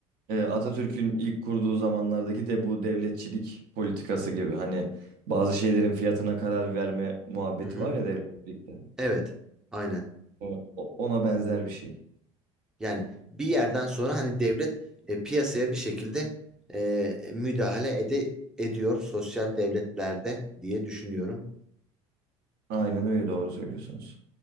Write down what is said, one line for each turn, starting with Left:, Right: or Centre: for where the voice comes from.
Right: e, Atatürk'ün ilk kurduğu zamanlardaki de bu devletçilik politikası gibi hani bazı şeylerin fiyatına karar verme muhabbeti
Centre: Hı hı.
Right: var ya devletçilikte.
Centre: Evet, aynen.
Right: O- o- Ona benzer bir şey.
Centre: Yani bir yerden sonra hani devlet e, piyasaya bir şekilde e, müdahale ede, ediyor sosyal devletlerde diye düşünüyorum.
Right: Aynen öyle doğru söylüyorsunuz.